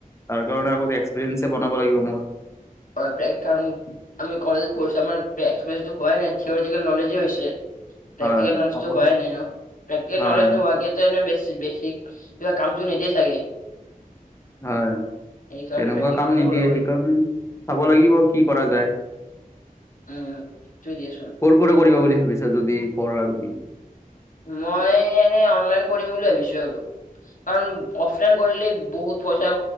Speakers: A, on the left; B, on the left.
A: তাৰ কাৰণে আগতে এক্সপিৰিয়েঞ্চে বনাব লাগিব মোৰ।
B: কাৰণ আি কলেজত পঢ়ছো আাৰ এক্স হয় নাই থিয়টিকেল নলেজে হৈছে। প্ৰেটিকেল
A: হয়
B: নলেজো
A: অকল
B: হোৱাই নাই ন প্ৰেটিকেল
A: হয়
B: নলেজ নোহোৱাকনে বেি বেছিক। কিব কামটোু নেদেই চাগে।
A: হয়
B: সেইকাৰণে
A: তেনেকুৱা
B: প্ৰেক্টিকেল
A: কাম
B: নলেজে
A: নিদিয়ে
B: ওলাব
A: সেইকাৰণে।
B: লাগিব
A: চাব লাগিব কি কৰা যায়
B: উম থিকেই দিয়াচোন
A: কৰ পৰা কৰিব বুলি ভাবিছো। যদি পঢ়া তুমি।
B: মই এনে অনলাইন কৰিম বুলি ভাবিছো আৰু। কাৰণ অফলাইন কৰিলে বহুত পইচা